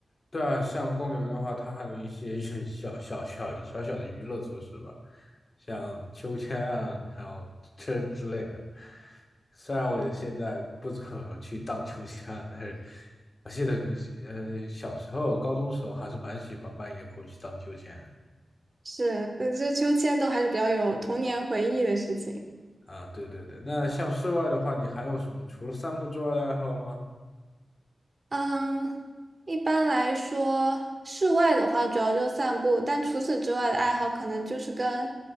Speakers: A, on the left (about 35°); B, on the right (about 35°).
A: 对啊，像公园的话，它还有一些 <laughs> 小小小小小的娱乐措施吧，像秋千啊，还有车之类的。虽然我也现在不怎么去荡秋千了，但是我记得呃小时候、高中时候还是蛮喜欢半夜过去荡秋千的。
B: 是，呃，这秋千都还是比较有童年回忆的事情。
A: 啊，对对对，那像室外的话，你还有什么除了散步之外的爱好吗？
B: 嗯，一般来说，室外的话主要就散步，但除此之外的爱好可能就是跟